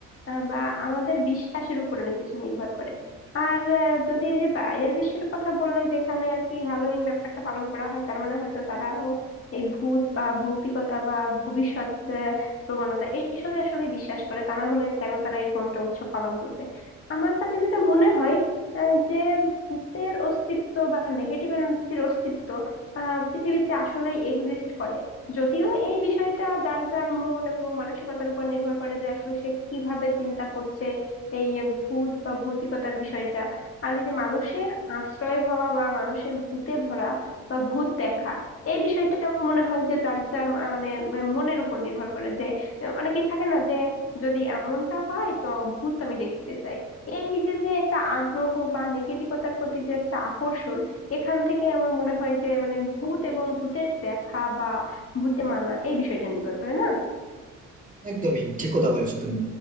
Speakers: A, on the left; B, on the right.
A: আহ, বা আমাদের বিশ্বাসের উপর অনেক কিছু নির্ভর করে আর আহ, যদি এই যে বাইরের বিশ্বের কথা বললে যেখানে আর কি হ্যালোইন ব্যাপারটা পালন করা হয় তার মানে হয়তো তারাও এই ভূত বা ভৌতিকতা বা ভবিষ্যৎ আহ, প্রবণতা এইসবে আসলে বিশ্বাস করে তা না হলে কেন তারা এরকম একটা উৎসব পালন করবে আমার কাছে যেটা মনে হয় আহ, যে ভূতের অস্তিত্ব বা নেগেটিভ এনার্জির অস্তিত্ব আহ পৃথিবীতে আসলেই এক্সিস্ট করে যদিও এই বিষয়টা যার যার মন এবং মানসিকতার উপর নির্ভর করে যে আসলে সে কিভাবে চিন্তা করছে এই ভূত বা ভৌতিকতার বিষয়টা আর এই যে মানুষের আশ্রয় হওয়া বা মানুষের ভূতে ধরা বা ভূত দেখা এই বিষয়টা মনে হয় যে যার যার মা- মানে মনের উপর নির্ভর করে যে আহ, অনেকেই থাকে না যে যদি এমনটা হয় তো ভূত আমি দেখতে চাই এই যে যে একটা আগ্রহ বা নেগেটিভতার প্রতি যে একটা আকর্ষণ এখান থেকে আমার মনে হয় যে মানে ভূত এবং ভূতের দেখা বা ভূতে মানা এই বিষয়টা নির্ভর করে না
B: একদমই ঠিক কথা বলেছো তুমি